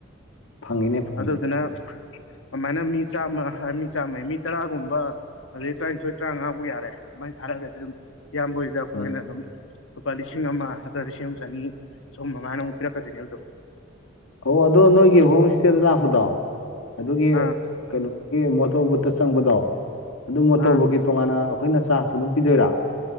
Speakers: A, on the left; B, on the left.
A: ꯐꯪꯉꯤꯅꯦ ꯐꯪꯉꯤꯅꯦ
B: ꯑꯗꯨ ꯗꯨꯅ꯫ ꯑꯗꯨꯃꯥꯏꯅ ꯃꯤ ꯆꯥꯝꯃ ꯃꯤ ꯆꯥꯝꯃꯩ ꯃꯤ ꯇꯔꯥꯒꯨꯝꯕ ꯑꯗꯨꯗꯩ ꯇꯔꯥꯅꯤꯊꯣꯏ ꯇꯔꯥꯃꯉꯥ ꯐꯥꯎ ꯌꯥꯔꯦ ꯑꯗꯨꯃꯥꯏꯅ ꯊꯥꯔꯛꯑꯒꯗꯤ ꯑꯗꯨꯝ ꯏꯌꯥꯝꯕꯣꯏꯗ ꯑꯩꯈꯣꯏꯅ
A: ꯎꯝ
B: ꯑꯗꯨꯝ ꯂꯨꯄꯥ ꯂꯤꯁꯤꯡ ꯑꯃ ꯅꯠꯇꯔꯒ ꯂꯤꯁꯤꯡ ꯆꯅꯤ ꯆꯍꯨꯝ ꯃꯉꯥꯢꯅ ꯑꯃꯨꯛ ꯄꯤꯔꯛꯀꯗꯣꯏꯅꯦꯕꯗꯣ
A: ꯑꯣ ꯑꯗꯣ ꯅꯣꯏꯒꯤ ꯍꯣꯝ ꯏꯁꯇꯦꯗ ꯂꯥꯛꯄꯗꯣ ꯑꯗꯨꯒꯤ
B: ꯑꯥ
A: ꯀꯩꯅꯣꯒꯤ ꯃꯣꯇꯣꯔ ꯕꯨꯠꯇ ꯆꯪꯕꯗꯣ ꯑꯗꯨ ꯃꯣꯇꯣꯔ
B: ꯑꯥ
A: ꯕꯨꯠꯀꯤ ꯇꯣꯉꯥꯟꯅ ꯑꯩꯈꯣꯏꯅ ꯆꯥꯔꯁ ꯑꯗꯨꯝ ꯄꯤꯗꯣꯏꯔ